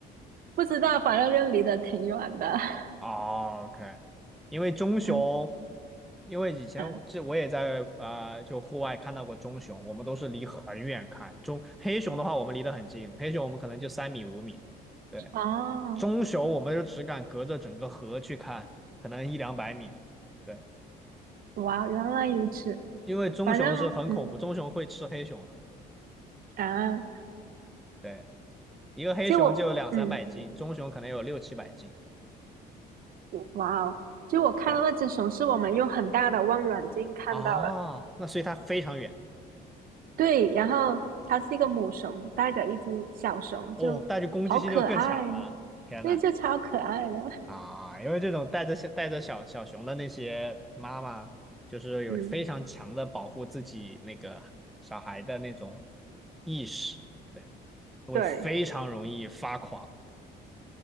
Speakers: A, on the right; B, in the centre.
A: 不知道，反正就离得挺远的，<laughs>
B: 哦，OK，因为棕熊，
A: 嗯
B: 因为以前我这我也在啊、
A: 嗯，
B: 呃就户外看到过棕熊，我们都是离很远看。棕黑熊的话，我们离得很近，黑熊我们可能就三米五米，对，
A: 哦，
B: 棕熊我们就只敢隔着整个河去看，可能一两百米，对，
A: 哇，原来如此，
B: 因为棕熊是很恐怖，
A: 反正嗯
B: 棕熊会吃黑熊的，
A: 啊，
B: 对，
A: <laughs>
B: 一个黑熊就有两三百斤，
A: 其实我嗯。
B: 棕熊可能有六七百斤。
A: 哇哦！就我看到那只熊是我们用很大的望远镜看到了，
B: 对啊，那所以它非常远
A: 对，然后它是一个母熊带着一只小熊，
B: 哦，
A: 就好可爱，
B: 那就攻击性就更强了。天呐
A: 那就超可爱的。
B: 啊，因为这种带着小带着小小熊的那些妈妈，就是有非常强的保护自己那个小孩的那种
A: 嗯，
B: 意识，对，会非常容易发狂。
A: 对，